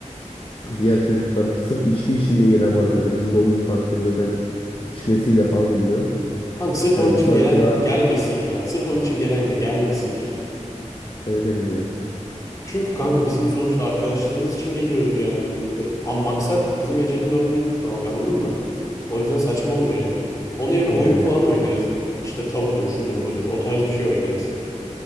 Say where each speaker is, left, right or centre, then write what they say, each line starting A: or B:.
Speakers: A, on the left; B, on the left.
A: diğer çocuklar sırf içki için bile gelen var zaten. Bizim doğum günü partileri zaten içmesiyle falan ünlü.
B: kanka sırf
A: Yani
B: onun için
A: bu seferki
B: gelen
A: daha
B: gelmesin ya. Sırf onun için gelen de gelmesin ya.
A: öyle mi diyorsun?
B: Çünkü kanka bizim sonuçta arkadaşlığımız için geliyoruz yani. E, ama maksat bizim Ece'nin doğum gününü kutlamak anladın mı? O yüzden saçma olur yani. Onun yerine
A: Yani
B: oyun falan oynarız. İşte tabudur, şudur, budur. O tarz bir şey oynarız.